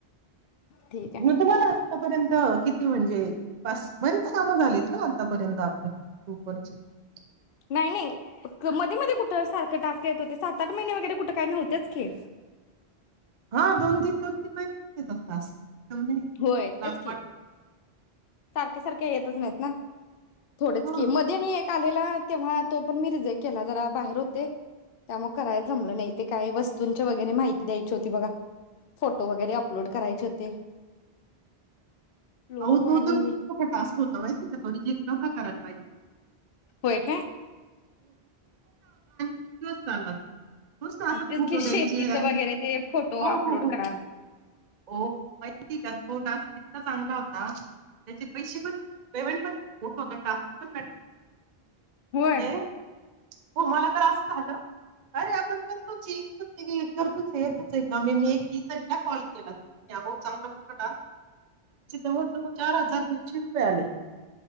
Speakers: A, on the left (about 65°); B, on the right (about 50°).
A: ठीक आहे
B: मग तुम्हाला आत्तापर्यंत किती म्हणजे टास्क बरेच कामं झालेत ना आतापर्यंत आपले हो पच <unintelligible>
A: नाही नाही मध्ये मध्ये कुठ सारखं टास्क येत होते सात आठ महिने वगैरे कुठे काही नव्हतेच की,
B: हा दोन तीन दोन तीन महिने होतात टास्क समज लाल
A: होय तेच की
B: मा
A: सारखे सारखे येतच नाहीत ना. थोडेच
B: हा
A: की मध्ये आणि एक आलेला तेव्हा तो पण मी रिझेक्ट केला जरा बाहेर होते तेव्हा मी तो रिजेक्ट केला तेव्हा मी जरा बाहेर होते त्यामुळे करायलाच जमलं नाही ते काही वस्तूंच्या वगैरे माहिती द्यायची होती बघा फोटो वगैरे अपलोड करायचे होते. लोक
B: आओ तो
A: आणि
B: तर खूप मोठा टास्क होता माहितीय का तो रिजेक्ट तर करायल पाहिजे.
A: होय काय?
B: किती दिवस चालला तो. नुसतं असं
A: तेच
B: फोटो
A: की शेतीचं
B: द्यायची आणि
A: वगैरे ते फोटो
B: हो
A: अपलोड
B: हो हो
A: करा
B: हो माहिती आहे का तो टास्क. टास्क पण चांगला होता त्याचे पैसे पण पेमेंट पण खूप मोठा होता टास्क पण
A: होय.
B: म्हणजे हो मला तर असं झालं अरे आपण तर तो येत करतच येतच आहे का मी मी एक ही जणीला कॉल केला तर आहो चांगला मोठा टास्क आहे जवळ जवळ चार हजार दोनशे रुपये आले.